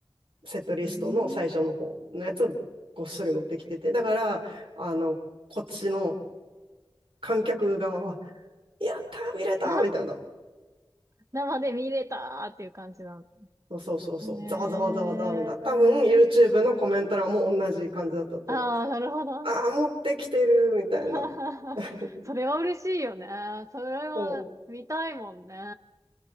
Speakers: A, on the right (about 80°); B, on the right (about 35°).
A: セットリストの最初の方のやつをごっそり持ってきてて、
B: うーん。
A: だから、あの、こっちの観客側は、やったー見れたーみたいな。
B: あ生で見れたーっていう感じなんだ。
A: そうそうそうそう。
B: へ
A: ざわざわざわざわみたいな。
B: え。
A: 多分 YouTube のコメント欄も同じ感じだったと思う。
B: ああ、なるほどね。
A: ああ、持ってきてるみたいな。
B: <laughs> あはははそれは嬉しいよね。
A: <laughs>
B: それは見たいもんね。
A: そう、